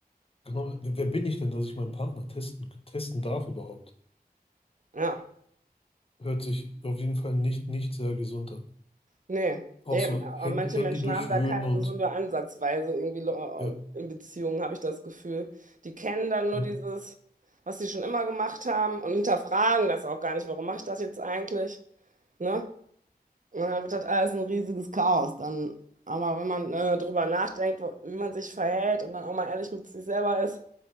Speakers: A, on the left; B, on the right.
A: Genau, wer, wer bin ich denn, dass ich meinen Partner testen, testen darf überhaupt?
B: Ja.
A: Hört sich auf jeden Fall nicht, nicht sehr gesund an.
B: Nee,
A: Auch
B: eben.
A: so
B: Aber
A: Hand,
B: manche
A: Handy
B: Menschen
A: durchwühlen
B: haben da keine
A: und
B: gesunde Ansatzweise irgendwie lo-
A: ja,
B: äh, in Beziehungen, habe ich das Gefühl. Die kennen dann nur
A: ja,
B: dieses, was sie schon immer gemacht haben und hinterfragen das auch gar nicht. Warum mache ich das jetzt eigentlich? Ne? Und dann wird das alles ein riesiges Chaos dann. Aber wenn man äh, drüber nachdenkt, wo- wie man sich verhält und dann auch mal ehrlich mit sich selber ist,